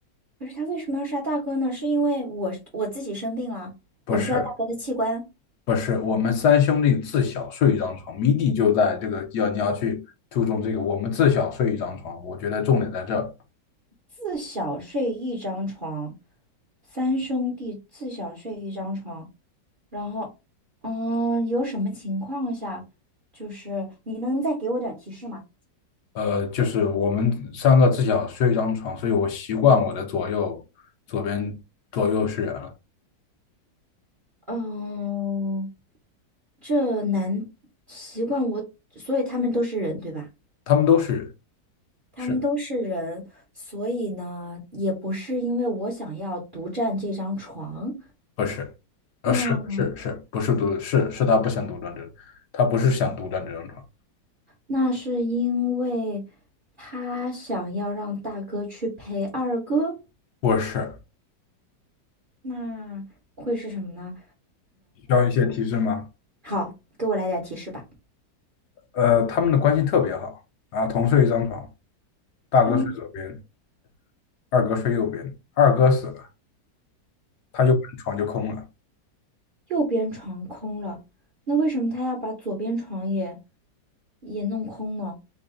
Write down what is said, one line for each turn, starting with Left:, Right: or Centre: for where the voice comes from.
Right: 可是他为什么要杀大哥呢？是因为我我自己生病了，
Left: 不是，
Right: 我需要大哥的器官。
Left: 不是，我们三兄弟自小睡一张床，谜底就在这个要你要去注重这个，我们自小睡一张床，我觉得重点在这儿，
Right: 自小睡一张床，三兄弟自小睡一张床。然后，嗯，有什么情况下，就是你能再给我点儿提示吗？
Left: 呃，就是我们三个自小睡一张床，所以我习惯我的左右左边左右是人了，
Right: 嗯，这难习惯我，所以他们都是人，对吧？
Left: 他们都是人，
Right: 他们都是人，
Left: 是
Right: 所以呢，也不是因为我想要独占这张床，
Left: 不是？呃，
Right: 那
Left: 是是是，不是独是是他不想独占这，他不是想独占这张床，
Right: 那是因为他想要让大哥去陪二哥，
Left: 不是，
Right: 那会是什么呢？
Left: 需要一些提示吗？
Right: 好，给我来点提示吧。
Left: 呃，他们的关系特别好，然后同睡一张床，大哥睡左边，
Right: 他们。
Left: 二哥睡右边，二哥死了，他右边的床就空了。
Right: 右边床空了，那为什么他要把左边床也也弄空呢？